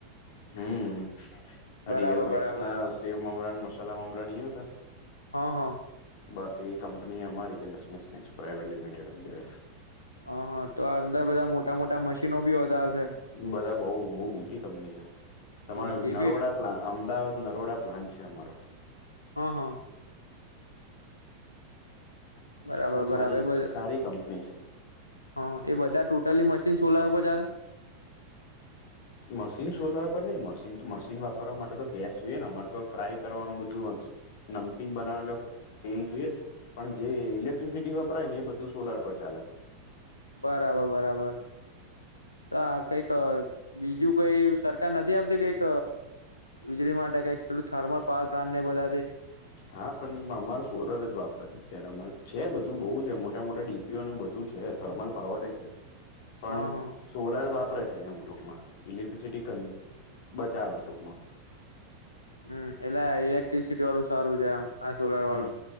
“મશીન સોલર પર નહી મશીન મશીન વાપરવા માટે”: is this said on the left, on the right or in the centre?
Left